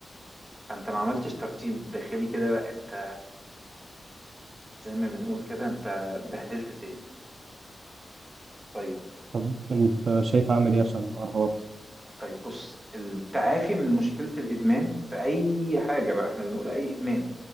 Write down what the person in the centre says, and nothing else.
فانت ما عملتش ترتيب داخلي كده لا انت زي ما بنقول كده انت بهدلت الدنيا طيب
طيب بص التعافي من مشكلة الإدمان في أي حاجة بقى احنا بنقول أي إدمان